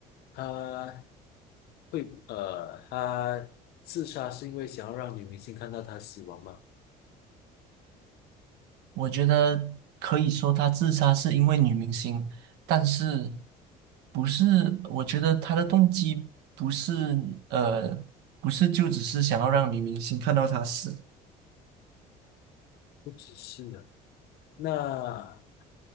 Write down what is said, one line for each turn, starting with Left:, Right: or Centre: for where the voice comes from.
Left: 他会呃，他自杀是因为想要让女明星看到他死亡吗？
Right: 我觉得可以说他自杀是因为女明星，但是不是？我觉得他的动机不是呃，不是就只是想要让女明星看到他死。
Left: 不只是的。那